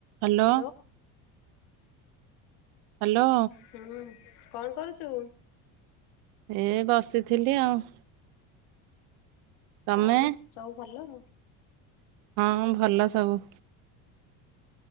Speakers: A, on the right (about 70°); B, on the left (about 80°).
A: Hello
B: hello
A: hello
B: ହୁଁ କଣ କରୁଛୁ?
A: ଏ ବସିଥିଲି ଆଉ ତମେ
B: ଆଉ ସବୁ ଭଲ?
A: ହଁ ଭଲ ସବୁ।